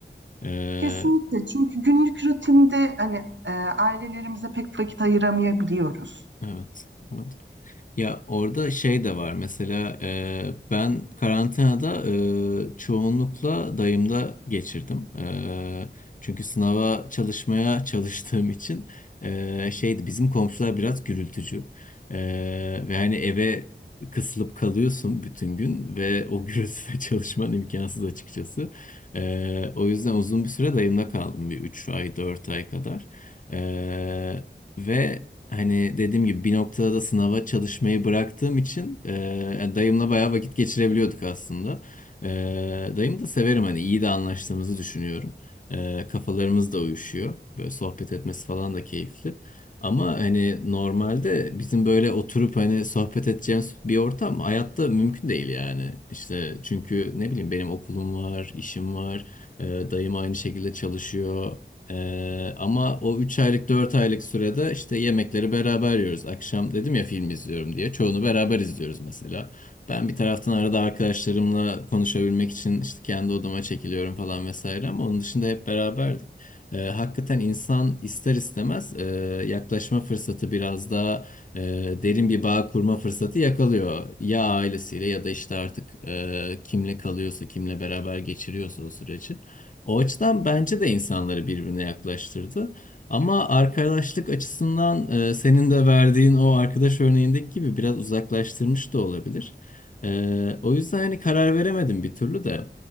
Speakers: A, on the left; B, on the right.
A: Ee,
B: kesinlikle çünkü günlük rutinde hani e, ailelerimize pek vakit ayıramayabiliyoruz.
A: evet, evet. Ya orada şey de var mesela e, ben karantinada e, çoğunlukla dayımda geçirdim. E, çünkü sınava çalışmaya <laughs> çalıştığım için e, şeydi bizim komşular biraz gürültücü. E, ve hani eve kısılıp kalıyorsun bütün gün ve o gürültüde <laughs> çalışman imkansız açıkçası. E, o yüzden uzun bir süre dayımda kaldım bir 3 ay 4 ay kadar. E, ve hani dediğim gibi bir noktada da sınava çalışmayı bıraktığım için e, yani dayımla bayağı vakit geçirebiliyorduk aslında. E, dayım da severim hani iyi de anlaştığımızı düşünüyorum. E, kafalarımız da uyuşuyor. Böyle sohbet etmesi falan da keyifli. Ama hani normalde bizim böyle oturup hani sohbet edeceğimiz bir ortam hayatta mümkün değil yani. İşte çünkü ne bileyim benim okulum var, işim var, e, dayım aynı şekilde çalışıyor. Ee, ama o 3 aylık 4 aylık sürede işte yemekleri beraber yiyoruz. Akşam dedim ya film izliyorum diye. Çoğunu beraber izliyoruz mesela. Ben bir taraftan arada arkadaşlarımla konuşabilmek için işte kendi odama çekiliyorum falan vesaire ama onun dışında hep beraberdik. Ee, hakikaten insan ister istemez e, yaklaşma fırsatı biraz daha e, derin bir bağ kurma fırsatı yakalıyor. Ya ailesiyle ya da işte artık e, kimle kalıyorsa, kimle beraber geçiriyorsa o süreci. O açıdan bence de insanları birbirine yaklaştırdı. Ama arkadaşlık açısından e, senin de verdiğin o arkadaş örneğindeki gibi biraz uzaklaştırmış da olabilir. E, o yüzden hani karar veremedim bir türlü de.